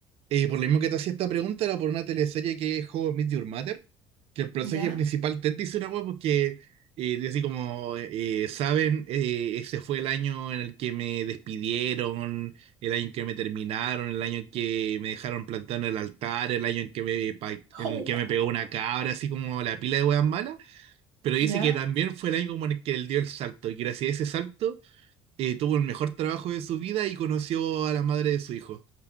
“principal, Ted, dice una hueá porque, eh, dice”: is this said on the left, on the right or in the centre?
Right